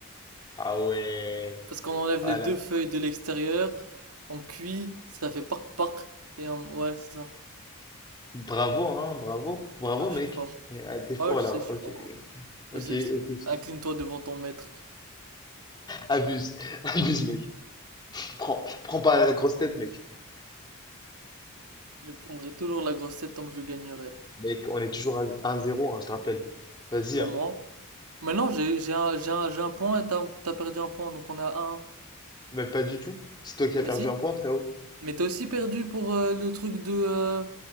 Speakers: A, on the left (about 20°); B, on the right (about 90°).
A: Ah ouais.
B: Parce qu'on enlève
A: Voilà.
B: les deux feuilles de l'extérieur, on cuit, ça fait pac pac et on- ouais, c'est ça.
A: Bravo, hein, bravo. Bravo,
B: Ouais,
A: mec.
B: je suis fort.
A: Ah, T'es fort
B: Ouais, je
A: là.
B: sais, je
A: Ok.
B: suis fort.
A: Ok,
B: Je sais, je sais.
A: ok.
B: Incline-toi devant ton maître.
A: Abuse, <laughs> abuse, mec. Prends, prends pas la grosse tête, mec.
B: Je prendrai toujours la grosse tête tant que je gagnerai.
A: Mec, on est toujours à un zéro, hein, je te rappelle. Vas-y,
B: Pour
A: hein.
B: moi. Maintenant, j'ai j'ai un, j'ai un, j'ai un point et t'as t'as perdu un point, donc on a un. un.
A: Mais pas du tout. C'est toi qui as
B: Mais
A: perdu
B: si.
A: un point, frérot.
B: Mais t'as aussi perdu pour euh, le truc de euh,